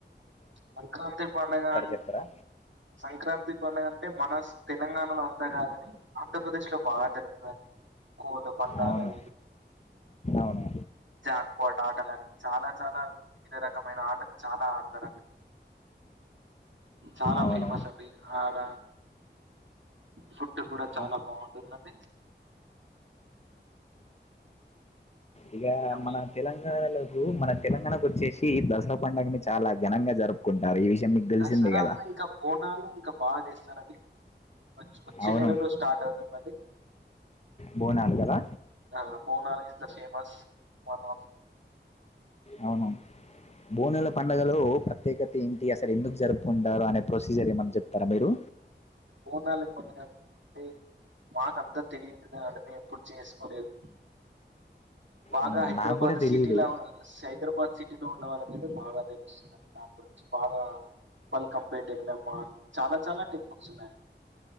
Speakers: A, on the right; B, on the left.
A: సంక్రాంత్రి పండగన్ని
B: చెప్తారా
A: సంక్రాంతి పండగని అంటే మన తెలంగాణలో అంతా కాదని ఆంధ్రప్రదేశ్ లో బాగా జరుగుతదని కోలం మర్డాలని
B: అవును అవును
A: జాక్పాట్ ఆటలని చానా చానా వివిధ రకమైన ఆటలు చాలా ఆడతారండి చాలా
B: అవును
A: ఫేమస్ అండి ఆడ ఫుడ్ కూడా
B: ఆ,
A: చాలా బాగుంటుందండి
B: ఇగ
A: ఇంకా
B: మన తెలంగాణలోలకు మన తెలంగాణకు వచ్చేసి దసరా పండుగని చాలా ఘనంగా జరుపుకుంటారు ఈ విషయం మీకు తెలిసింది
A: దసరా
B: కదా
A: ఇంకా బోనాలు ఇంకా బాగా చేస్తారండి వచ్ వచ్చే
B: అవును
A: నెలలో స్టార్ట్ అవుతుదండి
B: బోనాలు కదా
A: ఆ బోనాలు గిట్ల ఫేమస్ వన్ ఆఫ్
B: అవును బోనల పండుగలో ప్రత్యేకత ఏంటి అసలు ఎందుకు జరుపుకుంటారు అనే ప్రొసీజర్ ఏమన్నా చెప్తారా మీరు
A: బోనాల పండగ అంటే మాకంతా తెలియదు మేమెప్పుడు చేసుకోలేదు బాగా
B: అవునా
A: హైదరాబాద్
B: నాకు కూడా తెలియదు
A: సిటీలో సైదరాబాద్ సిటీలో ఉన్న వాళ్ళ కి అయితే బాగా తెలుస్తుందిని దాని గురించి బాగా మల్కంపేట్ ఎలమ్మ అని చాలా చాలా టెంపుల్స్ ఉన్నాయి